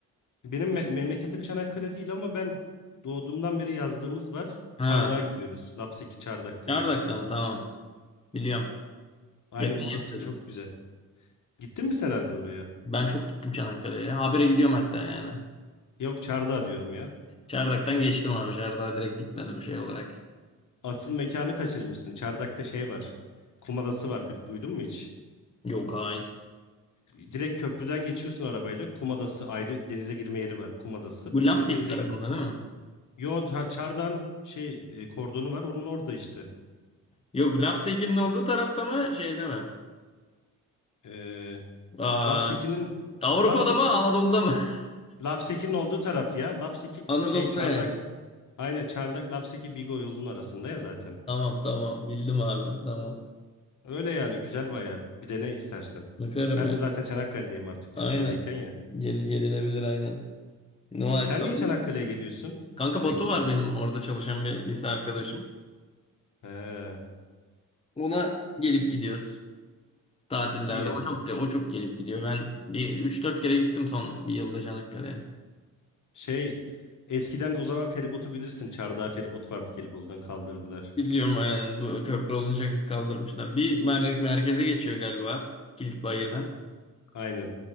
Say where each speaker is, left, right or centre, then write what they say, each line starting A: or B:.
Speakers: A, on the left; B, on the left.
A: Benim me- memleketim Çanakkale değil ama ben doğduğumdan beri yazdığımız var.
B: Ha,
A: Çardak'a gidiyoruz. Lapseki Çardak diye
B: Çardak'tan
A: geçiyor.
B: tamam. Biliyorum.
A: Aynen
B: Yakın
A: orası
B: ya bize
A: çok
B: de.
A: güzel. Gittin mi sen harbi oraya?
B: Ben çok gittim Çanakkale'ye. Habire gidiyorum hatta yani.
A: Yok Çardak'a diyorum ya.
B: Çardak'tan geçtim abi. Çardak'a direkt gitmedim şey olarak.
A: Asıl mekanı kaçırmışsın. Çardak'ta şey var. Kum adası var. Bil- Duydun mu hiç?
B: Yok hayır.
A: Direkt köprüden geçiyorsun arabayla. Kum adası ayrı denize girme yeri var. Kum adası
B: Bu
A: bildiğin
B: Lapseki
A: denize
B: tarafında
A: giriyor.
B: değil mi?
A: Yo ta- Çardak'ın şey e, kordonu var. Onun orada işte.
B: Yok Lapseki'nin olduğu tarafta mı şeyde mi?
A: Ee,
B: Aa,
A: Lapseki'nin
B: Avrupa'da
A: Lapseki
B: mı Anadolu'da mı? <laughs>
A: Lapseki'nin olduğu taraf ya. Lapseki
B: Anadolu'da
A: şey Çardak.
B: yani.
A: Aynen Çardak Lapseki Bigo yolunun arasında ya zaten.
B: Tamam tamam bildim abi tamam.
A: Öyle yani güzel baya. Bir de ne istersen.
B: Bakarım
A: Ben
B: yani.
A: de zaten Çanakkale'deyim artık
B: Aynen.
A: Türkiye'deyken ya.
B: Gel, gelinebilir aynen. Nova
A: Sen
B: İstanbul.
A: niye Çanakkale'ye geliyorsun
B: Kanka
A: sürekli?
B: Batu var benim orada çalışan bir lise arkadaşım.
A: He,
B: Ona gelip gidiyoruz tatillerde.
A: iyi.
B: O çok o çok gelip gidiyor. Ben bir üç dört kere gittim son bir yılda Çanakkale'ye.
A: Şey eskiden o zaman feribotu bilirsin. Çardağ feribot vardı Gelibolu'dan kaldırdılar.
B: Biliyorum yani bu köprü olunca kaldırmışlar. Bir mer- merkeze geçiyor galiba. Kilitbayır'dan.
A: Aynen.